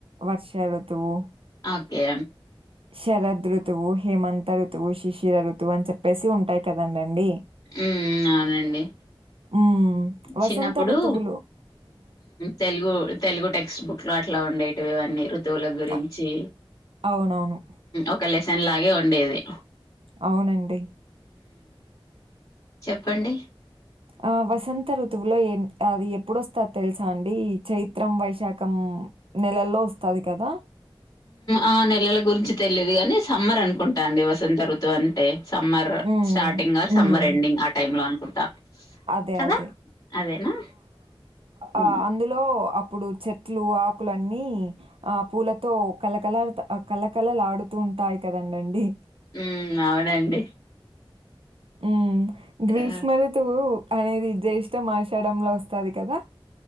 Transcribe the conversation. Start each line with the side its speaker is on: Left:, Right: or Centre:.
Right: వర్ష రుతువు
Left: ఓకే
Right: శరద్ ఋతువు హేమంత ఋతువు శిశిర ఋతువు అని చెప్పేసి ఉంటాయ్ కదండండి
Left: ఉ అవునండి
Right: హ్మ్. వసంత
Left: చిన్నప్పుడు
Right: ఋతువులు
Left: తెలుగు తెలుగు టెక్స్ట్ బుక్ లో అట్లా ఉండేటివివన్నీ జతువుల గురించి
Right: అ అవునవును.
Left: ఒక లెసన్ లాగే వండేది
Right: అవునండి
Left: చెప్పండి
Right: ఆ వసంత ఋతువులో ఏం అది ఎప్పుడుొస్తారు తెలుసా అండి చైత్రం వైశాఖం నెలల్లో వస్తాది కదా
Left: ఆ నెలల గురించి తెలియదు కాగాని సమ్మర్ అనుకుంటా అండి వసంతఋతు అంటే summer
Right: hmm.
Left: Starting
Right: hmm.
Left: Summer ending ఆ టైమ్ లో అనుకుంటా
Right: అదే
Left: కదా!
Right: అదే
Left: అదేనా? హ్మ్.
Right: ఆ అందులో ఇప్పుడు చెట్లు ఆకులు అన్నీ ఆ పూలతో కళ్లకల కళ్ళకలలు ఆడుతూ ఉంటాయి కదండండి
Left: ఉ అవునండి
Right: ఉ గ్రీష్మలు
Left: ఆ!
Right: త అనేది జే ఇష్టం మార్చడంలో వస్తుంది కదా